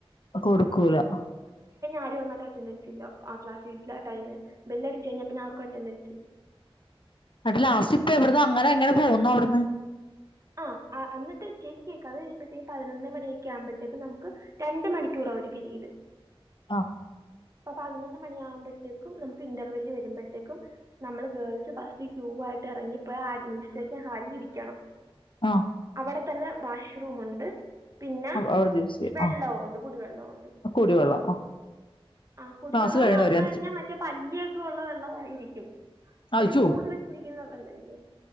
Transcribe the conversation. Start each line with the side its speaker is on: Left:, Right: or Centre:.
Left: കൊട്ക്കൂല
Right: ആര് വന്നാലും അറ്റൻന്റൻസില്ല ആ ക്ലാസിൻ്റെ ടൈമ് ബെല്ല് അടിച്ച് കഴിഞ്ഞാ പിന്ന ആർക്കും അറ്റൻ്റെൻ
Left: അട്ട് ലാസ്റ്റ് ഇപ്പ എവിടന്ന് അങ്ങനെ എങ്ങനെ പോകുന്നു അവിടുന്ന്
Right: ആ ആ അന്നട്ട് ചേച്ചി കേൾക് അത് കഴിയുമ്പോഴത്തേക്കും പതിനൊന്ന മണിയൊക്കെ ആവുമ്പോഴത്തേക്ക് നമുക്ക് രണ്ട് മണിക്കൂറാവ ഒരു പിരീട്
Left: ആ
Right: അപ്പ പതിനൊന്ന് മണി ആകുമ്പോഴത്തേക്കും നമുക്ക് ഇന്റർവ്യൂല് വരുമ്പോഴത്തേക്കും നമ്മള് ഗേൾസ് ഫസ്റ്റ് ക്യൂ ആയിട്ട് ഇറങ്ങിപ്പോ അഡ്മിനിസ്ട്രേഷൻ ഹാളിലിരിക്കണം.
Left: ആ
Right: അവിടെ തന്നെ വാഷ്റൂം ഉണ്ട് പിന്നെ
Left: അവിടുന്ന് യൂസ് ചെയ്യും
Right: വെള്ളവൂണ്ട്
Left: ആഹ്
Right: കുടിവെള്ളവൂണ്ട്
Left: കുടിവെള്ളം ആഹ്
Right: ആ കുടിവെള്ളംന്ന്
Left: ക്ലാസ് കഴിയണവരെ
Right: പറഞ്ഞ കഴിഞ്ഞാൽ മറ്റേ പല്ലിയൊക്കെ ക്കുള്ള വെള്ളമായിരിക്കും. അത്
Left: അയ്യോ
Right: മുടിവച്ചിരിക്ക ക്കുന്ന വെള്ളവില്ലേ